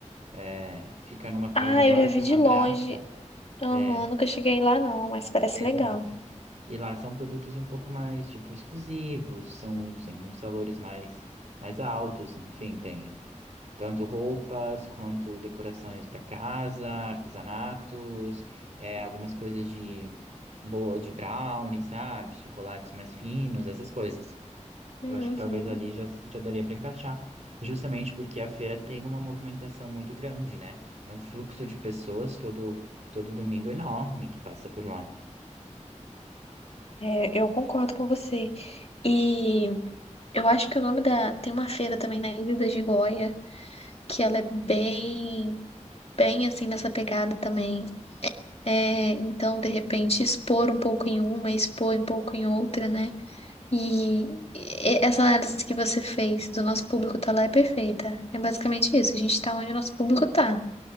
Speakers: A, on the right; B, on the left.
A: É, fica numa,
B: ah,
A: ao redor
B: eu já vi
A: de uma
B: de longe.
A: praça.
B: Aham,
A: É,
B: nunca cheguei lá não, mas parece
A: exato.
B: legal.
A: E lá são produtos um pouco mais, tipo, exclusivos, são, tem uns valores mais, mais altos, enfim, tem tanto roupas quanto decorações para casa, artesanatos, é, algumas coisas de, bo- de brownie, sabe? Chocolates mais finos, essas coisas.
B: Uhum.
A: Eu acho que talvez ali já, já daria para encaixar, justamente porque a feira tem uma movimentação muito grande, né? É um fluxo de pessoas todo, todo domingo enorme que passa por lá.
B: É, eu concordo com você. E eu acho que o nome da. Tem uma feira também na Ilha da Gigoia, que ela é bem, bem assim nessa pegada também. É, então, de repente, expor um pouco em uma, expor um pouco em outra, né? E e- essa análise que você fez do nosso público tá lá é perfeita. É basicamente isso, a gente tá onde o nosso público tá.